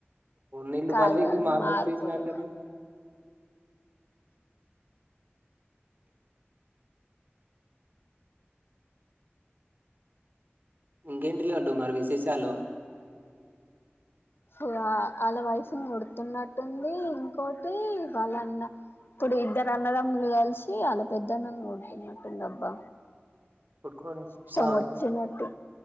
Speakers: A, on the right; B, on the left.
A: నీల్లు
B: కాదు
A: <unintelligible>
B: కాదు
A: మార్బుల్స్
B: మార్పులు
A: తీసినా అంటారు ఇంగేంటి డి అండూ మరి విషేసాలు
B: హు ఆ వాళ్ళ వైఫ్ని కొడుతున్నట్టుంది ఇంకోటి వాళ్ళ అన్న ప్పుడు ఇద్దరు అన్నదమ్ములు కలిసి వాళ్ళ పెద్దన్నను కొడుతున్నట్టుందబ్బా
A: కొట్టుకొని
B: ఇష్టమొచ్చినటు
A: సావని